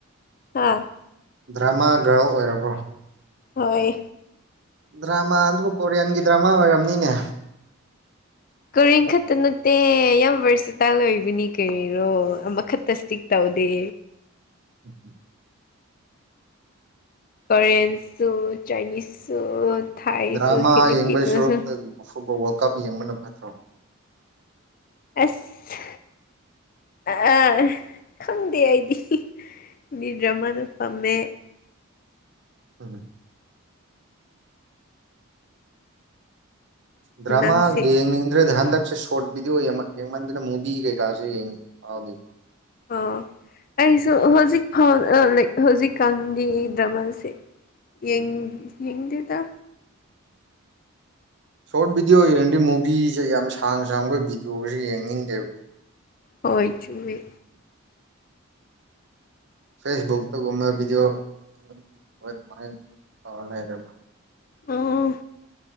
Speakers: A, on the left; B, on the right.
A: ꯍꯥꯥ
B: ꯗ꯭ꯔꯃꯥ ꯒ ꯑꯣꯏꯔꯕ꯭ꯔꯣ
A: ꯍꯣꯏ
B: ꯗ꯭ꯔꯃꯥ ꯑꯗꯨꯕꯨ ꯀꯣꯔꯤꯌꯥꯟꯒꯤ ꯗ꯭ꯔꯃꯥ ꯑꯣꯏꯔꯝꯅꯤꯅꯦ
A: ꯀꯣꯔꯦꯟ ꯈꯛꯇ ꯅꯠꯇꯦ ꯌꯥꯝ ꯚꯔꯁꯤꯇꯥꯏꯜ ꯑꯣꯏꯕꯅꯤ ꯀꯔꯤꯔꯣ ꯑꯃꯈꯛꯇ ꯏꯁꯇꯤꯛ ꯇꯧꯗꯦ
B: ꯎꯝ ꯎꯝ
A: ꯀꯣꯔꯤꯌꯦꯟꯁꯨ ꯆꯥꯏꯅꯤꯁꯁꯨ ꯊꯥꯏꯁꯨ
B: ꯗ꯭ꯔꯃꯥ
A: ꯐꯤꯂꯤꯄꯤꯅꯣꯁꯨ
B: ꯌꯦꯡꯕꯒꯤ ꯁꯣꯔꯨꯇ ꯑꯐꯨꯕꯥꯜ ꯋꯥꯋꯔꯜꯀꯞ ꯌꯦꯡꯕꯅ ꯐꯠꯇ꯭ꯔꯣ
A: ꯑꯁ ꯑꯥ ꯈꯪꯗꯦ ꯑꯩꯗꯤ <unintelligible>
B: <unintelligible> ꯗ꯭ꯔꯥꯃ
A: ꯅꯪꯁꯦ
B: ꯌꯦꯡꯅꯤꯗ꯭ꯔꯦꯗ ꯍꯟꯗꯛꯁꯦ ꯁꯣꯠ ꯕꯤꯗꯤꯑꯣꯡ ꯌꯦꯡꯃꯟ ꯌꯦꯡꯃꯟꯗꯅ ꯃꯨꯚꯤ ꯀꯩꯀꯥꯥꯁꯦ ꯌꯦꯡ <unintelligible> ꯐꯥꯎꯗꯦ
A: ꯑꯣ ꯑꯩꯁꯨ ꯍꯧꯖꯤꯛ ꯐꯥꯎ <unintelligible> ꯍꯧꯖꯤꯛꯀꯥꯟꯗꯤ ꯗ꯭ꯔꯃꯥꯁꯦ ꯌꯦꯡ ꯌꯦꯡꯗꯦꯗ
B: ꯁꯣꯔꯠ ꯚꯤꯗꯤꯑꯣ ꯌꯦꯡꯗꯤ ꯃꯨꯕꯤꯁꯦ ꯌꯥꯝꯅ ꯁꯥꯡ ꯁꯥꯡꯕ ꯚꯤꯗꯤꯑꯣꯁꯦ ꯌꯦꯡꯅꯤꯡꯗꯦꯕ
A: ꯍꯣꯏ ꯆꯨꯝꯃꯤ
B: ꯐꯦꯁꯕꯨꯛꯇꯒꯨꯝꯕ ꯚꯤꯗꯤꯑꯣ ꯑꯗꯨꯝ ꯑꯗꯨꯃꯥꯏꯅ ꯇꯧꯔ ꯂꯩꯔꯦꯕ
A: ꯑꯥ